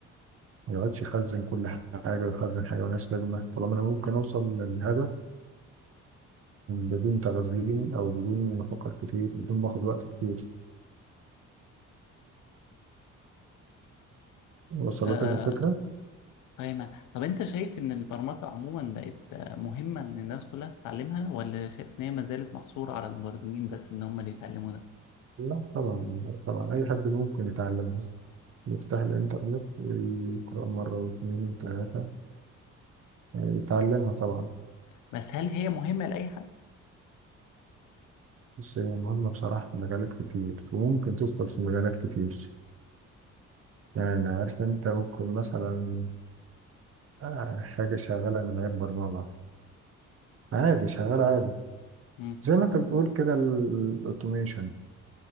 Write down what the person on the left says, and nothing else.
آه،
طيب ما- طب انت شايف ان البرمجة عموما بقت آه، مهمة ان الناس كلها تتعلمها ولا شايف ان هي ما زالت محصورة على المبرمجين بس ان هم اللي يتعلموا ده
بس هل هي مهمة لأي حد؟
امم